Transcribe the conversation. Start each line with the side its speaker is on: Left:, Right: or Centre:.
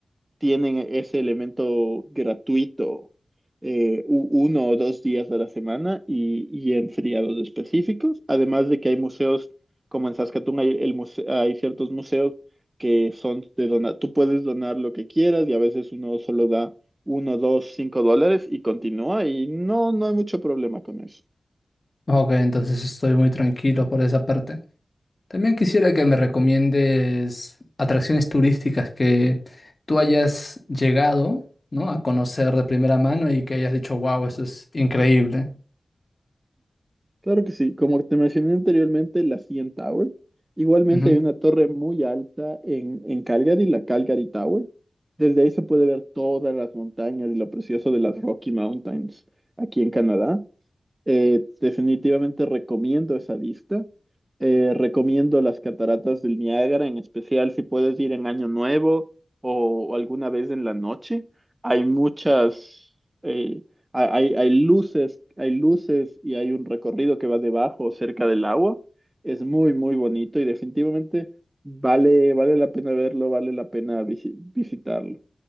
Right: tienen e-, ese elemento gratuito eh, u- uno o dos días de la semana y, y en feriados específicos. Además de que hay museos, como en Saskatoon hay, el muse- hay ciertos museos que son de donar, tú puedes donar lo que quieras y a veces uno solo da uno, dos, cinco dólares y continúa y no, no hay mucho problema con eso.
Left: Ok, entonces estoy muy tranquilo por esa parte. También quisiera que me recomiendes atracciones turísticas que tú hayas llegado, ¿no? a conocer de primera mano y que hayas dicho, wow, esto es increíble.
Right: Claro que sí, como te mencioné anteriormente, la CN Tower. Igualmente
Left: Ujú.
Right: hay una torre muy alta en, en Calgary, la Calgary Tower. Desde ahí se puede ver todas las montañas y lo precioso de las Rocky Mountains aquí en Canadá. Eh, definitivamente recomiendo esa vista. Eh, recomiendo las cataratas del Niágara, en especial si puedes ir en Año Nuevo o alguna vez en la noche. Hay muchas, eh, ha- hay, hay luces, hay luces y hay un recorrido que va debajo, cerca del agua. Es muy, muy bonito y definitivamente vale, vale la pena verlo, vale la pena visi- visitarlo.